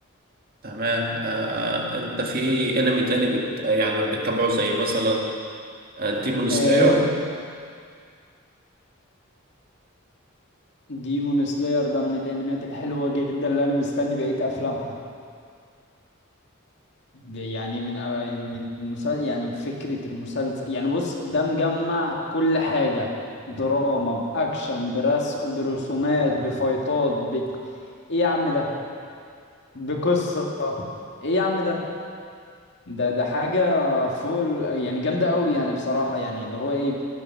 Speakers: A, on the right; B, on the left.
A: تمام آه أنت في أنمي تاني بت يعني بتتابعه زي مثلا ديمون سلاير
B: آه، ديمون سلاير ده من الانميات الحلوه جدا اللي انا مستني بقيه افلامها يعني من آه، من مسا... يعني فكره المسلسل يعني بص ده مجمع كل حاجه دراما باكشن برس... برسومات بفايتات ب... ايه يا عم ده بقصه ايه يا عم ده ده ده حاجه فوق ال... يعني جامده قوي يعني بصراحه يعني اللي هو ايه